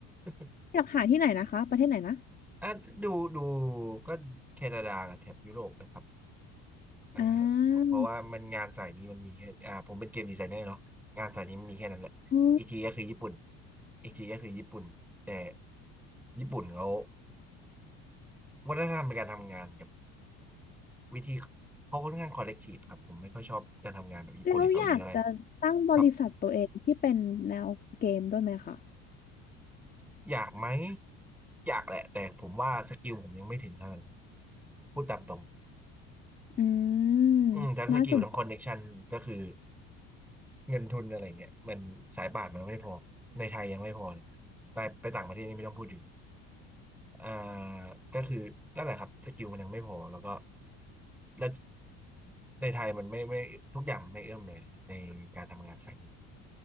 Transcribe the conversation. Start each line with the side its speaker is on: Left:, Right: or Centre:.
Centre: ๆ
Left: อยากหาที่ไหนนะคะประเทศไหนนะ
Centre: อ่ะดูดูก็แคนาดากับแถบยุโรปนะครับอ่า
Left: อ่
Centre: เพราะว่ามันงานสายนี้มันมีแค่อ่าผมเป็นเกมดีไซเนอร์เนาะงานสายนี้มันมีแค่นั้นแหละอีกทีก็คือญี่ปุ่น
Left: าอ๋อ
Centre: อีกทีก็คือญี่ปุ่นแต่ญี่ปุ่นเขาวัฒนธรรมในการทำงานกับวิธีเขาค่อนข้างคอลเลกทีฟครับผมไม่ค่อยชอบการทำงานแบบญี่ปุ่นหรือเกาหลีเท่าไหร่
Left: แล้วอยากจะตั้งบริษัทตัวเองที่เป็นแนวเกมด้วยไหมคะ
Centre: ครับอยากไหมอยากแหละแต่ผมว่าสกิลผมยังไม่ถึงขนาดนั้นพูดตามตรง
Left: อืม
Centre: อืมทั้งสกิลทั้งคอนเน็กชันก็คือ
Left: น่าสนใจ
Centre: เงินทุนอะไรเงี้ยมันสายป่านมันไม่พอในไทยยังไม่พอเลยไปไปต่างประเทศนี่ไม่ต้องพูดถึงอ่าก็คือนั่นแหละครับสกิลมันยังไม่พอแล้วก็แล้วในไทยมันไม่ไม่ทุกอย่างไม่เอื้อมเลยในการทำงานสายนี้